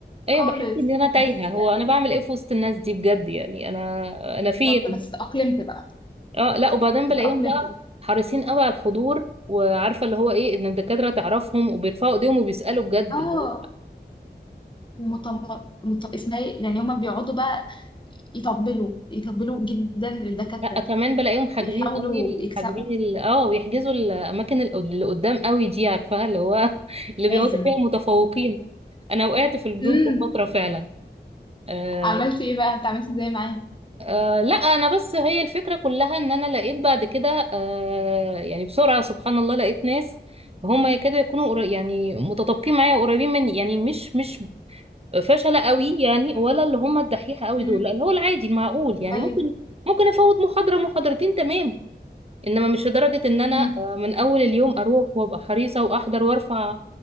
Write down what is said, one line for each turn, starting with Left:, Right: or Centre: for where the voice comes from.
Right: ايوه
Left: خالص
Right: بحس ان انا تايهه
Left: بس يعني
Right: هو انا بعمل ايه في وسط الناس دي بجد يعني انا انا
Left: بالظبط
Right: فين
Left: بس اتاقلمت بقى
Right: اه لا وبعدين بلاقيهم
Left: اتاقلمت
Right: بقى
Left: بقى
Right: حريصين قوي على الحضور وعارفه اللي هو ايه ان الدكاتره تعرفهم وبيرفعوا ايديهم وبيسالوا بجد
Left: اه
Right: اللي هو
Left: ومطم مط- اسمها إيه؟ يعني هما بيقعدوا بقى يطبلوا يطبلوا جدا للدكاتره
Right: لا كمان بلاقيهم حاجزين
Left: بيحاولوا
Right: قوي
Left: يكسبوا
Right: حاجزين ال- اه ويحجزوا الاماكن الق- اللي قدام قوي دي عارفاها اللي هو <laughs> اللي
Left: لازم
Right: بيقعدوا فيها متفوقين انا وقعت في الجروب
Left: امم
Right: ده فتره فعلا آه،
Left: عملت ايه بقى انت عملت ازاي معاه
Right: آه لا انا بس هي الفكره كلها ان انا لقيت بعد كده آه يعني بسرعه سبحان الله لقيت ناس هم يكادوا يكونوا قر- يعني متطابقين معايا قريبين مني يعني مش مش فشله قوي يعني ولا اللي هم الدحيحه قوي
Left: مم.
Right: دول لا اللي هو العادي المعقول يعني
Left: ايوه
Right: ممكن ممكن افوت محاضره محاضرتين تمام انما مش لدرجه ان انا
Left: امم
Right: آه من اول اليوم اروح وابقى حريصه واحضر وارفع